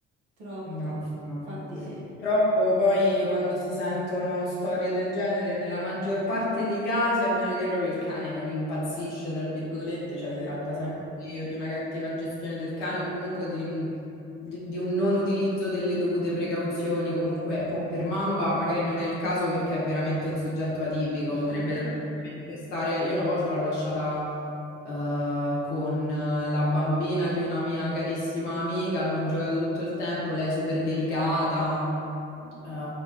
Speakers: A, on the right; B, on the left.
A: troppo,
B: No,
A: inf- infatti...
B: no, no. Purtroppo poi quando si sentono storie del genere, nella maggior parte dei casi, a meno che proprio il cane non impazzisce, tra virgolette, cioè si tratta
A: mm.
B: sempre di, o di una cattiva gestione del cane o comunque di, un di- di un non utilizzo delle dovute precauzioni. Comunque, mo, per Mamba magari non è il caso perché è veramente un soggetto atipico,
A: <laughs>
B: potrebbe tranquillamente stare... Io una volta l'ho lasciata eh, con eh, la bambina di una mia carissima amica, hanno giocato tutto il tempo, lei è super delicata,
A: Mm.
B: eh,